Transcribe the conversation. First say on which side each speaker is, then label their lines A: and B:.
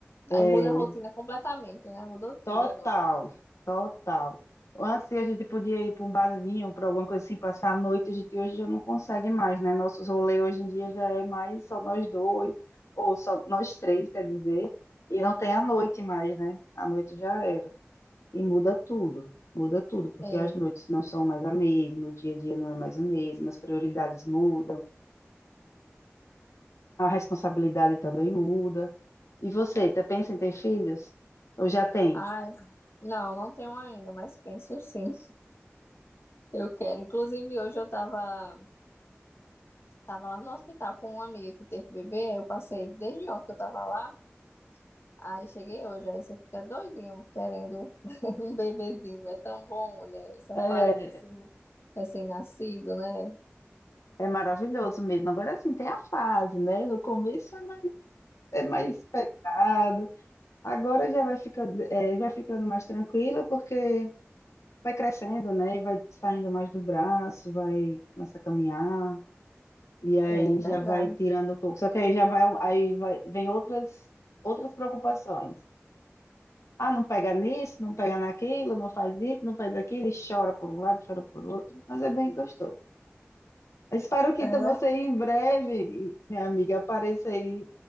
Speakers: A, on the left; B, on the left.
A: É,
B: Aí muda a rotina completamente, né? Mudou tudo
A: total,
B: agora.
A: total. Antes a gente podia ir para um barzinho, para alguma coisa assim, passar a noite, a gente hoje já não consegue mais, né? Nossos rolês hoje em dia já é mais só nós dois, ou só nós três, quer dizer, e não tem a noite mais, né? A noite já era. E muda tudo, muda tudo, porque
B: É.
A: as noites não são mais a mesma, o dia a dia não é mais o mesmo, as prioridades mudam, a responsabilidade também muda. E você, tá pensa em ter filhos? Ou já tem?
B: Ai, não, não tenho ainda, mas penso sim. <laughs> Eu quero. Inclusive, hoje eu tava, tava lá no hospital com uma amiga que teve bebê. aí Eu passei desde ontem que eu tava lá. Aí cheguei hoje. Aí você fica doidinho querendo <laughs> um bebezinho. É tão bom, olha, essa
A: É,
B: fase assim, recém-nascido, né?
A: É maravilhoso mesmo. Agora assim tem a fase, né? No começo é mais, é mais pesado, agora já vai ficando, é, vai ficando mais tranquilo, porque vai crescendo, né? Vai saindo mais do braço, vai começar a caminhar, e aí
B: É
A: já
B: verdade.
A: vai tirando um pouco. Só que aí já vai, aí vai, vem outras, outras preocupações. Ah, não pega nisso, não pega naquilo, não faz isso, não faz aquilo, e chora por um lado, chora por outro, mas é bem gostoso. Eu Espero que
B: É
A: então você
B: verdade.
A: em breve, minha amiga, apareça aí.